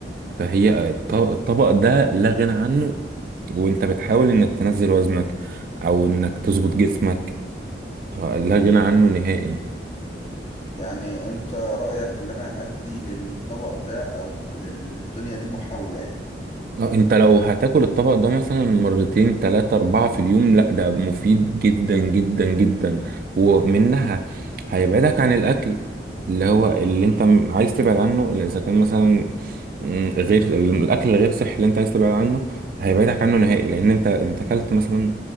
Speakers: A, on the right; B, on the left.
A: فهي الط- الطبق ده لا غنى عنه وأنت بتحاول إنك تنزل وزنك أو إنك تظبط جسمك لا غنى عنه نهائي
B: يعني انت رأيك اللي انا ادي للطبق ده او للدنيا دي محاولة
A: اه انت لو هتاكل الطبق ده مثلا مرتين تلاتة اربعة في اليوم لا ده مفيد جدا جدا جدا ومنها هيبعدك عن الاكل اللي هو اللي انت م- عايز تبعد عنه اللي اذا كان مثلا مم، غير الاكل الغير صحي اللي انت عايز تبعد عنه هيبعدك عنه نهائي لان انت انت اكلت مثلا